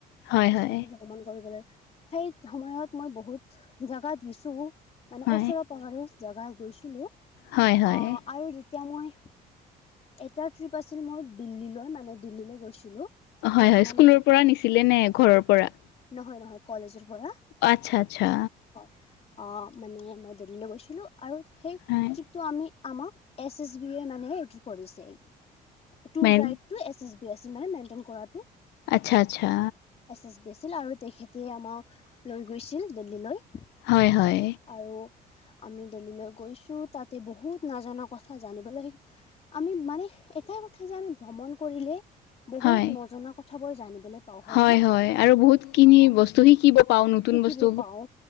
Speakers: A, on the left; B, on the left.
A: হয় হয়
B: স্কুলত ভ্ৰমণ কৰিবলৈ সেই সময়ত মই বহুত জোগাত গছো মানে
A: হয়
B: ওচৰ জেগা গৈছিলো
A: হয় হয়
B: অ' আৰু এতিয়া মই এটা ট্ৰিপ আছিল মোৰ দিল্লীলৈ মানে দিল্লীলৈ গৈছিলো
A: হয়
B: তাক
A: হয়
B: মানে
A: স্কুলৰ পৰা নিছিলে নে ঘৰৰ পৰা
B: নহয় নহয় কলেজৰ পৰা
A: আচ্ছা আচ্ছা
B: হয় অ মানে মই দিল্লীলৈ গৈছিলো আৰু সেই
A: হয়
B: ট্ৰিপটো আমি আমাক এছ এছ বি এ মানে এইটো কৰিছে টুৰ
A: মেন
B: গাইড টো এছ এছ বি আছিল মানে মেইনটেইন কৰাটো
A: আচ্ছা আচ্ছা
B: এছ এছ বি আছিল আৰু তেখেতে আমাক লৈ গৈছিল দিল্লীলৈ
A: হয়, হয়
B: আৰু আমি দেল্লিলৈ গৈছোঁ তাতে বহুত নাজানা কথা জানিবলৈ আমি মানে এটাই কথা যে আমি ভ্ৰমণ কৰিলে বহুত
A: হয়
B: নজনা কথাবোৰ জানিবলৈ পাওঁ হয়নে
A: হয়, হয় আৰু বহুত খিনি
B: অ
A: বস্তু শিকিব পাওঁ নতুন
B: শিকিব
A: বস্তু
B: পাওঁ